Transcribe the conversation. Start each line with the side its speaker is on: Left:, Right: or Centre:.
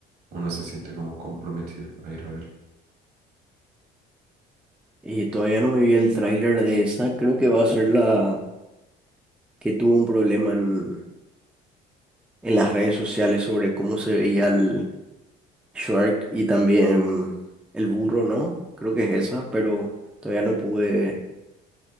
Right: uno se siente como comprometido a ir a verlo.
Centre: Y todavía no me vi el tráiler de esa. Creo que va a ser la que tuvo un problema en, en las redes sociales sobre cómo se veía el Shrek y también el burro, ¿no? Creo que es esa, pero todavía no pude,